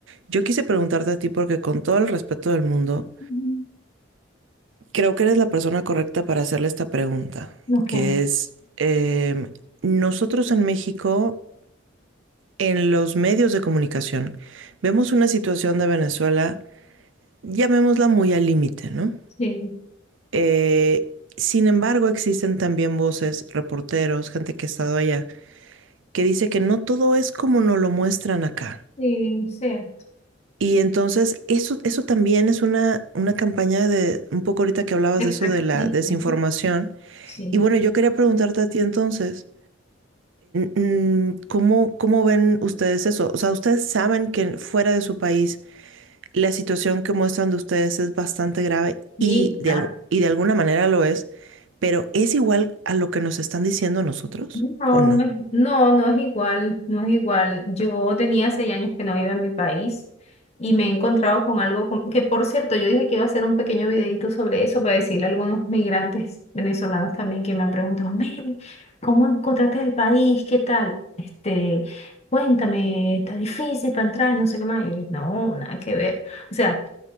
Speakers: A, on the right; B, on the left.
A: yo quise preguntarte a ti porque con todo el respeto del mundo,
B: Ujú.
A: creo que eres la persona correcta para hacerle esta pregunta,
B: Ok,
A: que es, em, nosotros en México en los medios de comunicación vemos una situación de Venezuela, llamémosla muy al límite, ¿no?
B: sí,
A: Eh, sin embargo, existen también voces, reporteros, gente que ha estado allá, que dice que no todo es como nos lo muestran acá.
B: sí, cierto.
A: Y entonces eso, eso también es una, una campaña de, un poco ahorita que hablabas
B: Desprestigio,
A: de eso de la desinformación.
B: ¿no? Sí,
A: Y bueno, yo quería preguntarte a ti entonces, mm, ¿cómo, cómo ven ustedes eso? O sea, ¿ustedes saben que fuera de su país la situación que muestran de ustedes es bastante grave
B: sí,
A: y de,
B: claro.
A: al- y de alguna manera lo es, pero ¿es igual a lo que nos están diciendo a nosotros
B: No,
A: o no?
B: no es, no, no es igual, no es igual. Yo tenía seis años que no iba en mi país y me he encontrado con algo com- que, por cierto, yo dije que iba a hacer un pequeño videito sobre eso para decirle a algunos migrantes venezolanos también que me han preguntado, Mary, ¿cómo encontraste el país? ¿Qué tal? Este, cuéntame, está difícil para entrar, no sé qué más. Y yo dije, no, nada que ver. O sea,